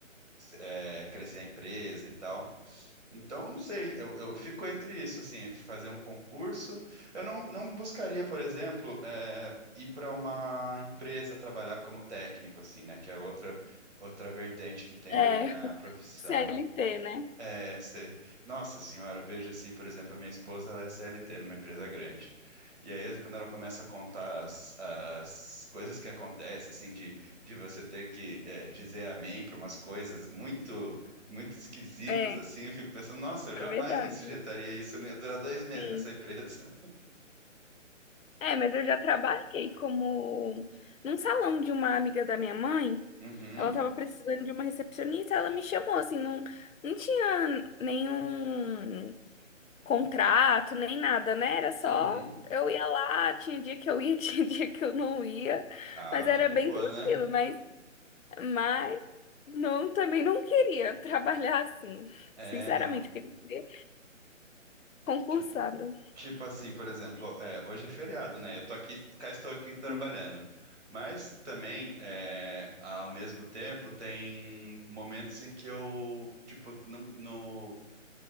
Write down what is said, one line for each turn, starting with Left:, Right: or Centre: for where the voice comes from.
Right: é, crescer a empresa e tal. Então, não sei, eu, eu fico entre isso, assim, entre fazer um concurso. Eu não, não buscaria, por exemplo, eh, ir para uma empresa trabalhar como técnico, assim, né? Que é outra, outra vertente que tem
Left: É,
Right: na minha
Left: <laughs>
Right: profissão.
Left: CLT, né?
Right: É, sei. Nossa senhora, eu vejo assim, por exemplo, a minha esposa, ela é CLT numa empresa grande. E aí, quando ela começa a contar as, as coisas que acontecem, assim, de, de você ter que é, dizer amém para umas coisas muito, muito esquisitas,
Left: É,
Right: assim, eu fico pensando, nossa, eu jamais
Left: é verdade.
Right: me sujeitaria a isso, eu não ia durar dois meses
Left: Sim.
Right: nessa empresa. <laughs>
Left: É, mas eu já trabalhei como num salão de uma amiga da minha mãe.
Right: Uhum,
Left: Ela tava precisando de uma recepcionista, ela me chamou, assim, não, não tinha nenhum contrato, nem nada, né? Era só
Right: uhum.
Left: eu ia lá, tinha dia que eu ia, <laughs> tinha dia que eu não ia,
Right: Ah,
Left: mas era
Right: daí é de
Left: bem
Right: boa,
Left: tranquilo,
Right: né?
Left: mas, mas não, também não queria trabalhar assim.
Right: É,
Left: Sinceramente,
Right: não.
Left: queria ser concursada.
Right: Tipo, Tipo assim, por exemplo, é, hoje é feriado, né? Eu tô aqui, cá estou aqui trabalhando.
Left: Hum,
Right: Mas também, é, ao mesmo tempo, tem momentos em que eu, tipo, não, no,